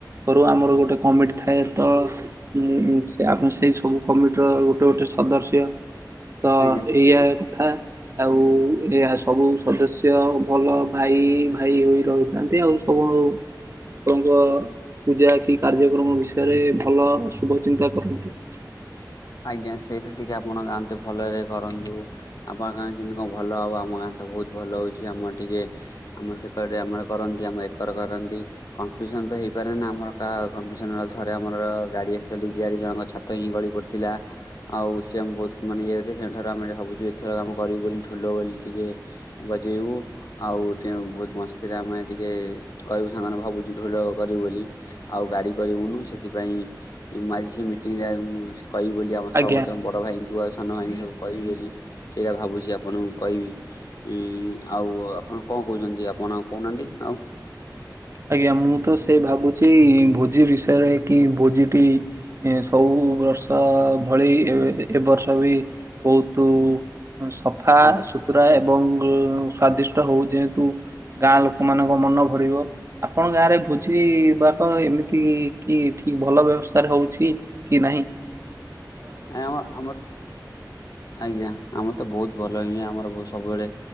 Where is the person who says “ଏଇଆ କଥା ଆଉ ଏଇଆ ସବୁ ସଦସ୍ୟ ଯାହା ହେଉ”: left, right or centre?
Right